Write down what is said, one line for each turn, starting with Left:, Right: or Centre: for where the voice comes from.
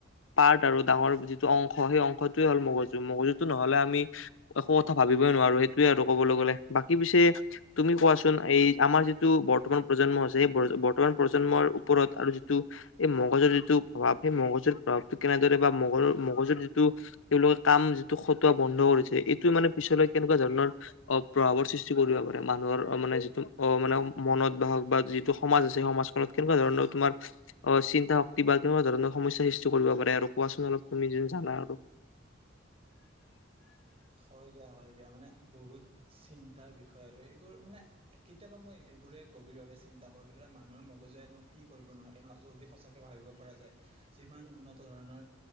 Left: পাৰ্ট আৰু ডাঙৰ যিটো অংশ সেই অংশটোৱে হ'ল মগজু মগজুতটো নহলে আমি একো কথা ভাবিবই নোৱাৰো সেইটোৱে আৰু ক'বলৈ গ'লে বাকী পিছে তুমি কোৱাচোন এই আমাৰ যিটো বৰ্তমান প্ৰজন্ম আছে সেই বৰ্তমান প্ৰজন্মৰ ওপৰত আৰু যিটো এই মগজৰ যিটো প্ৰভাৱ সেই মগজৰ প্ৰভাৱটো কেনেদৰে বা মগৰ মগজৰ যিটো তেওঁলোকে কাম যিটো খটোৱা বন্ধ কৰিছে এইটোয়ে মানে পিছলৈ কেনেকুৱা ধৰণৰ অ প্ৰভাৱৰ সৃষ্টি কৰিব পাৰে মানুহৰ মানে যিটো অ মানে মনত বাহক বা যিটো সমাজ আছে সেই সমাজ। ফলত কেনেকুৱা ধৰণৰ তোমাৰ অ চিন্তা শক্তি বা কেনেকুৱা ধৰণৰ সমস্যা সৃষ্টি কৰিব পাৰে আৰু কোৱাচোন অলপ তুমি য জানা আৰু-
Right: হয় দিয়া হয় দিয়া মানে বহুত চিন্তাৰ বিষয় আৰু এইবোৰ মানে। কেতিয়াবা মই এইবোৰে গভীৰভাৱে চিন্তা কৰো ধৰা মানুহৰ মগজেৱেনো কি কৰিব নোৱাৰে যদি সঁচাকৈ ভাবিব পৰা যায়। যিমান উন্নত ধৰণৰ